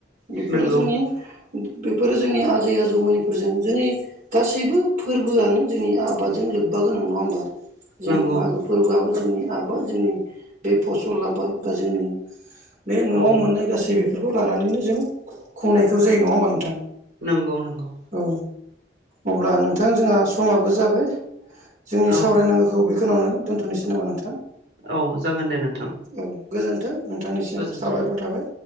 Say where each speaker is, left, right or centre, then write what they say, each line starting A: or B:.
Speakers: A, on the right; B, on the right.
A: बेफोरो
B: नंगौ
A: जोंनि बेफोरो जोंनि आजै आजौमोननिफोरजों जोंनि गासैबो फोरबोआनो जोंनि आबादजों लोब्बा गोनां नङा होमबा जों
B: नंगौ
A: मागो फोरबोआबो जोंनि आबाद जोंनि बे फसल आबाद बा जोंनि बे न'आव
B: औ
A: मोननाय गासै बेफोरखौ लानानैनो जों खुंनायखौ जायो नङा होमबा नोंथां
B: नंगौ नंगौ
A: औ अब्ला नोंथां जोंहा समाबो जाबाय जोंनि
B: औ
A: सावरायनांगौ खौ बेखिनियावनो दोनथ'नोसै नामा नोंथां
B: औ जागोन दे नोंथां
A: औ गोजोन्थों नोंथांनिसिम
B: गोजोन्थों
A: साबायखर थाबाय